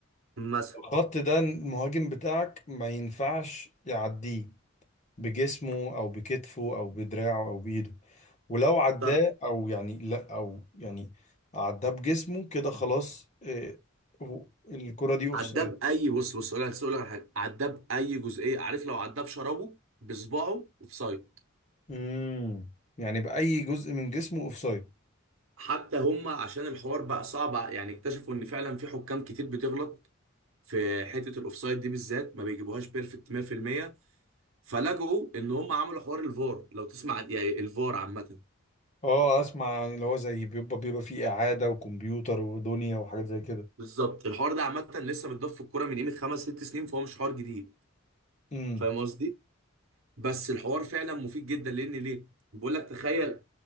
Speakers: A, on the right; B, on the left.
A: مثلا
B: الخط ده المهاجم بتاعك ما ينفعش يعديه بجسمه او بكتفه او بدراعه او بايده ولو عداه
A: صح
B: او يعني لا او يعني عداه بجسمه كده خلاص آه، هو- الكرة دي اوفسايد
A: عداب اي بص بص اقول لك أقول لك على حاجه عداب اي جزئيه عارف لو عداب شربه بصباعه اوفسايد
B: امم يعني بأي جزء من جسمه اوفسايد
A: حتى هم عشان الحوار بقى صعب يعني اكتشفوا ان فعلا في حكام كتير بتغلط في حته الاوفسايد دي بالذات ما بيجيبوهاش بيرفكت 100% فلجؤوا ان هم عملوا حوار الفار لو تسمع عن- يعني الفار عامه
B: اه اسمع اللي هو زي بيبقى بيبقى فيه إعادة وكمبيوتر ودنيا وحاجات زي كده
A: بالظبط الحوار ده عامه لسه متضاف في الكوره من قيمه خمس ست سنين فهو مش حوار جديد
B: امم
A: فاهم قصدي بس الحوار فعلا مفيد جدا لان ليه بقول لك تخيل